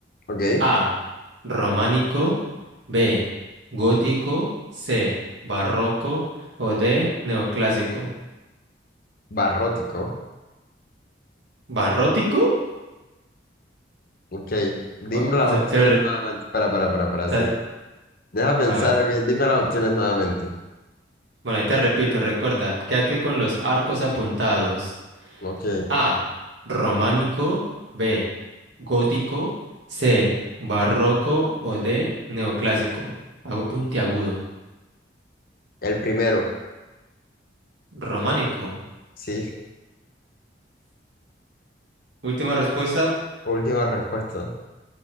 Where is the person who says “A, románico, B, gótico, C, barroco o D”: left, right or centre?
Right